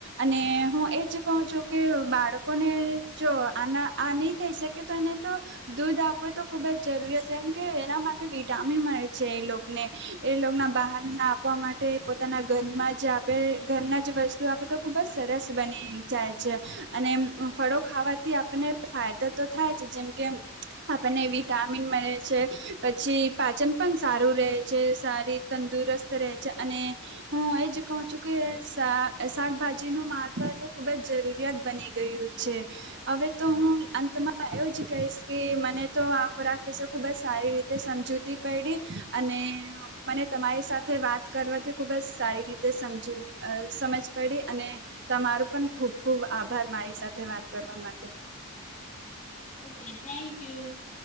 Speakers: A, on the right; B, on the left.
A: અને હું એ જ કહું છું કે, બાળકોને જો આના આ નહી થઈ શકે તો એને તો દૂધ આપવ તો ખુબ જ જરૂરિયાત કેમ કે એના માટે વિટામિન મળે છે એ લોકને એ લોકના બહાર ના આપવા માટે પોતાના ઘરમાં જ આપે ઘરના જ વસ્તુ આપે તો ખુબ જ સરસ બને. જાય છે અને ફળો ખાવાથી આપને ફાયદો તો થાય છે, જેમ કે આપણને વિટામિન મળે છે, પછી પાચન પણ સારું રહે છે, સારી તંદુરસ્ત રહે છે, અને હું એજ કહ છું કે શાકભાજી નું મહત્વ તો ખૂબ જ જરૂરિયાત બની ગયું છે, હવે તો હું અંતમાં એવું જ કહીશ કે મને તો આ ખોરાક વિશે ખૂબ જ સારી રીતે સમજૂતી પડી અને મને તમારી સાથે વાત કરવાથી ખૂબ જ સારી રીતે સમજ સમજ પડી અને તમારું પણ ખુબ ખુબ આભાર મારી સાથે વાત કરવા માટે.
B: Okay. Thank you.